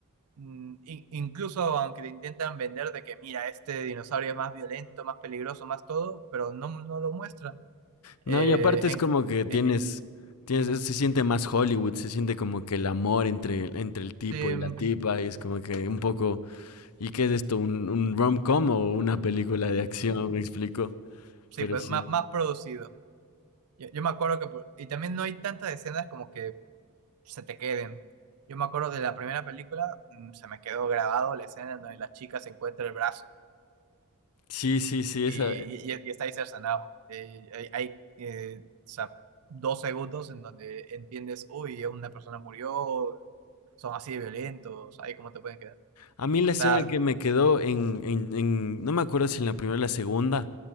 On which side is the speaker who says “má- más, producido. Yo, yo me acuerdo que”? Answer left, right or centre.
Right